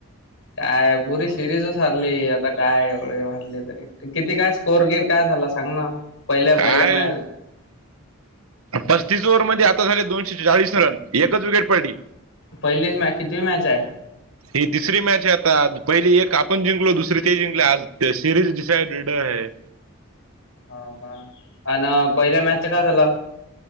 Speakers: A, on the left; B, on the right.
A: काय पुरी सिरीजच हारली, आता काय‌ एवढं वाटले तरी. किती काय स्कोअर गेर काय झालं सांग ना, पहिल्या
B: काय
A: पहिल्या मॅ
B: पस्तीस ओव्हर मध्ये आता झाले दोनशे चाळीस रन, एकच विकेट पडली.
A: पहिलीच मॅच कितवी मॅच हाय.
B: ही तिसरी मॅच आहे आता, पहिली एक आपण जिंकलो दुसरी ते जिंकले आज ते सिरीज डिसायडेड हाय.
A: हो का आणं, पहिल्या मॅचचं काय झालं.